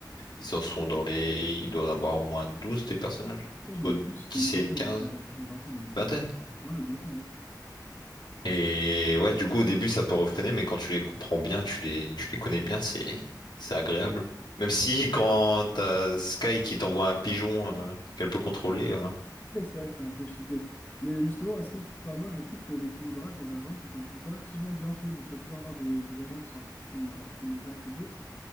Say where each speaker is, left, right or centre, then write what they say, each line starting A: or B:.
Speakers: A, on the left (about 85°); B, on the left (about 30°).
A: ils en sont dans les. Ils doivent avoir au moins 12 des personnages.
B: Ou
A: Entre
B: même plus,
A: 10
B: une vingtaine,
A: et quinze
B: je dirais. Une vingtaine même
A: vingtaine.
B: peut-être bientôt. Ouais, bientôt, hein.
A: Et ouais, du coup au début ça peut refréner, mais quand tu les comprends bien, tu les, tu les connais bien, c'est c'est agréable. Même si quand t'as Sky qui t'envoie un pigeon euh, qu'elle peut contrôler. euh,
B: Mais C'est vrai que c'est un peu cheaté. Mais justement, est-ce que, bah, moi, je trouve que l'équilibrage dans Valorant est re- relativement bien fait. Bon, tu vas toujours avoir des, des agents qui sont un peu plus, un peu plus méta que d'autres.